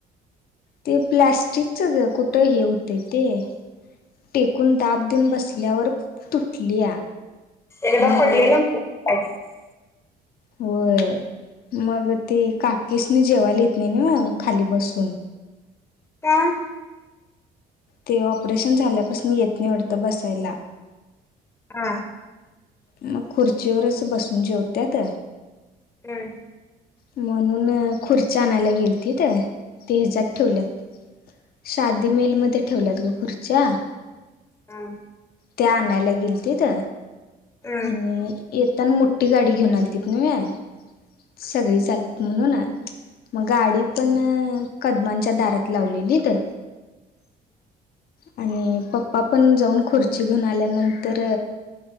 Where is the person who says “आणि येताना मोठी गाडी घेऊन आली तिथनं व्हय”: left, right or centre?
Left